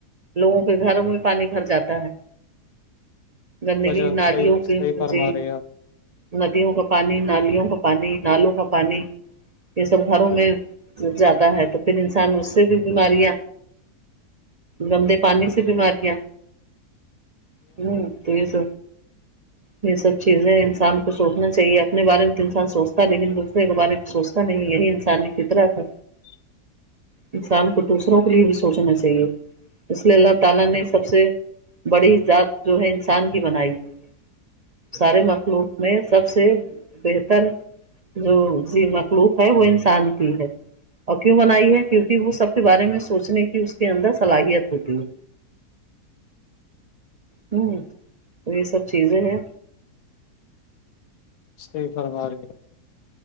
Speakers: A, on the right; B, on the left.
A: لوگوں کے گھروں میں پانی بھر جاتا ہے گندگی
B: وجہ
A: نادیوں
B: صحیح
A: کی
B: صحیح
A: م
B: فرما
A: جی
B: رہے ہیں آپ
A: ندیوں کا پانی نالیوں کا پانی نالوں کا پانی یہ سب گھروں میں جیادا ہے تو پھر انسان اس سے بھی بیماریاں گندے پانی سے بیماریاں ہ تو یہ س
B: ج
A: یہ سب چیزیں انسان کو سوچنا چاہیے اپنے بارے میں تو انسان سوچتا لیکن دوسرے کے بارے میں سوچتا نہیں یہی انسانی فطر تھا
B: ہاں
A: انسان کو دوسروں کے لیے بھی سوچنا چاہیے اس لیے اللہ تعالا نے سب سے بڑی ذات جو ہے انسان کی بنائی ہے سارے مخلوق میں سب سے بہتر جوز مخ ملوق ہے وہ انسان کی ہے اور کیوں بنائی ہے کیونکہ وہ سب کے بارے میں سوچنے اس کے اندر صلاحیت ہوتی ہے ہوں تو یہ سب چیزیں ہیں
B: اسفر مار